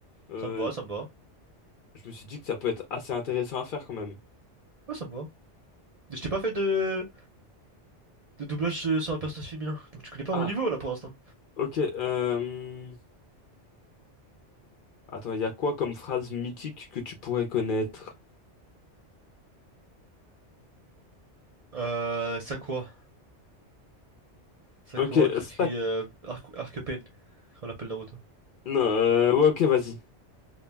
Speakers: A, on the left (about 55°); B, on the right (about 45°).
A: euh,
B: ça me va, ça me va.
A: je me suis dit que ça peut être assez intéressant à faire quand même.
B: Ouais, ça me va. Mais Je t'ai pas fait de, de doublage euh, sur un personnage féminin, donc tu connais pas
A: Ah,
B: mon niveau là pour l'instant.
A: ok. euh, Attends, il y a quoi comme phrase mythique que tu pourrais connaître?
B: Euh, Sakura. Sakura
A: Ok,
B: qui
A: stack.
B: crie euh, Arc- Arc-Pen, on l'appelle Naruto.
A: Non, euh, ouais, ok, vas-y.